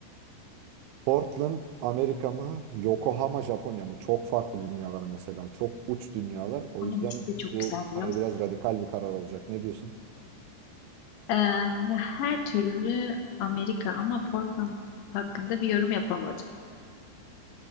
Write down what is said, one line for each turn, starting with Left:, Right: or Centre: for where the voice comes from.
Right: Portland Amerika mı? Yokohama Japonya mı? Çok farklı dünyalar mesela. Çok uç dünyalar. O
Left: Ama
Right: yüzden
Left: ikisi de çok
Right: bu
Left: güzel biliyor
Right: hani
Left: musun?
Right: biraz radikal bir karar olacak. Ne diyorsun?
Left: Ee, her türlü Amerika ama Portland hakkında bir yorum yapamadım.